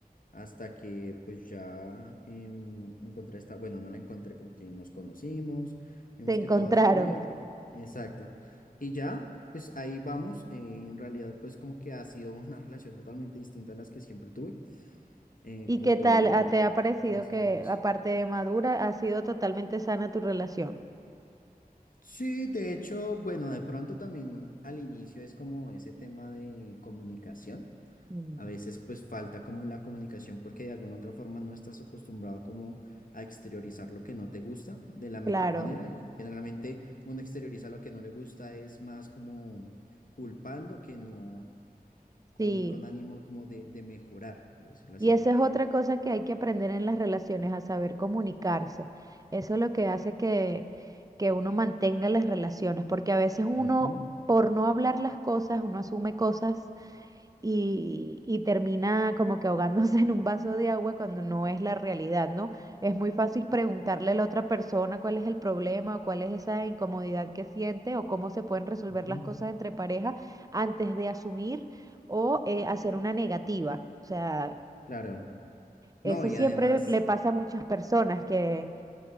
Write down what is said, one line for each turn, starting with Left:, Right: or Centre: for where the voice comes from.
Left: hasta que pues ya em, encontré esta, bueno, no la encontré, como que nos conocimos, vimos
Right: se encontraron.
Left: que todo fluía, exacto, y ya, pues ahí vamos, eh, en realidad pues como que ha sido <laughs> una relación totalmente distinta a las que siempre tuve, eh,
Right: ¿Y
Left: como
Right: qué tal
Left: todo
Right: ah, te ha parecido
Left: organizado
Right: que,
Left: y demás.
Right: aparte de madura, ha sido totalmente sana tu relación?
Left: Sí, de hecho, bueno, de pronto también al inicio es como ese tema de comunicación.
Right: Mm.
Left: A veces pues falta como la comunicación porque de alguna otra forma no estás acostumbrado como a exteriorizar lo que no te gusta de la mejor
Right: Claro,
Left: manera y generalmente uno exterioriza lo que no le gusta es más como culpando que no con,
Right: sí.
Left: con ánimo como de, de mejorar, por decirlo así.
Right: Y esa es otra cosa que hay que aprender en las relaciones, a saber comunicarse. Eso es lo que hace que, que uno mantenga las relaciones, porque a veces uno,
Left: Ujú,
Right: por no hablar las cosas, uno asume cosas y, y termina como que ahogándose <laughs> en un vaso de agua cuando no es la realidad, ¿no? Es muy fácil preguntarle a la otra persona cuál es el problema o cuál es esa incomodidad que siente o cómo se pueden resolver
Left: ujú.
Right: las cosas entre pareja antes de asumir o eh, hacer una negativa. O sea,
Left: Claro.
Right: eso
Left: No, y
Right: siempre
Left: además...
Right: le, le pasa a muchas personas que,